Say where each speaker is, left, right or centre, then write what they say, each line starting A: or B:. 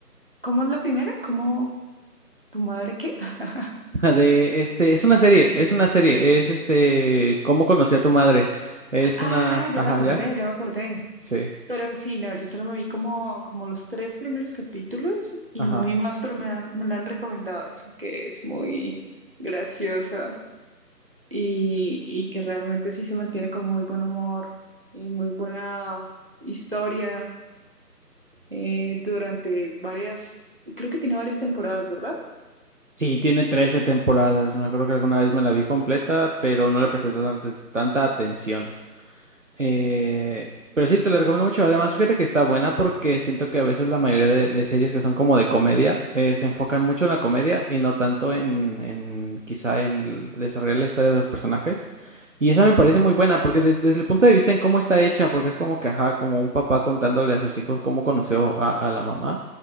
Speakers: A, on the right (about 35°); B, on the right (about 50°).
A: ¿Cómo es la primera? ¿Cómo tu madre qué? <laughs>
B: <laughs> La De este, es una serie, es una serie, es este, ¿Cómo conocí a tu madre? Es
A: Ah,
B: una,
A: ya
B: ajá,
A: me acordé,
B: ya,
A: ya me acordé.
B: sí,
A: Pero sí, no, yo solo me vi como, como los tres primeros capítulos y
B: ajá.
A: no me vi más, pero me han- me la han recomendado. Dicen que es muy graciosa. y,
B: S-
A: y que realmente sí se mantiene con muy buen humor y muy buena historia eh, durante varias, creo que tiene varias temporadas, ¿verdad?
B: Sí, tiene 13 temporadas, me acuerdo que alguna vez me la vi completa, pero no le presté tanta, tanta atención. Eh, pero sí, te la recomiendo mucho. Además, fíjate que está buena porque siento que a veces la mayoría de, de series que son como de comedia eh, se enfocan mucho en la comedia y no tanto en, en quizá en el desarrollar la historia de los personajes. Y esa me parece muy buena porque des- desde el punto de vista en cómo está hecha, porque es como que, ajá, como un papá contándole a sus hijos cómo conoció a, a la mamá,